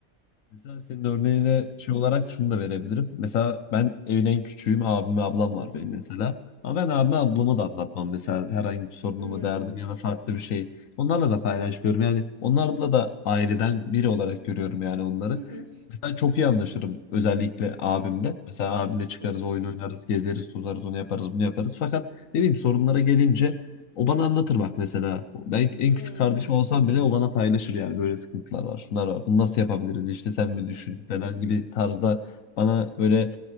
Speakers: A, on the left (about 70°); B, on the right (about 45°).
A: Mesela senin örneğine
B: yani.
A: şey olarak şunu da verebilirim. Mesela ben evin en küçüğüm. Abim ve ablam var
B: Hı hı
A: benim mesela. Ama ben abime ablama
B: hı hı.
A: da anlatmam. Mesela herhangi bir sorunumu
B: Hmm.
A: derdim ya da farklı bir şey. Onlarla da paylaşmıyorum. Yani onlarla da aileden biri olarak görüyorum yani onları.
B: Hı hı
A: Mesela çok iyi anlaşırım özellikle abimle.
B: hı hı
A: Mesela abimle çıkarız,
B: hı hı.
A: oyun oynarız, gezeriz, tozarız, onu yaparız, bunu yaparız. Fakat ne bileyim sorunlara gelince o bana anlatır bak mesela. Ben en
B: Hmm.
A: küçük kardeşim olsam bile o bana paylaşır yani böyle sıkıntılar var, şunlar var. Bunu nasıl yapabiliriz? İşte sen
B: Hı
A: bir
B: hı
A: düşün falan gibi tarzda bana böyle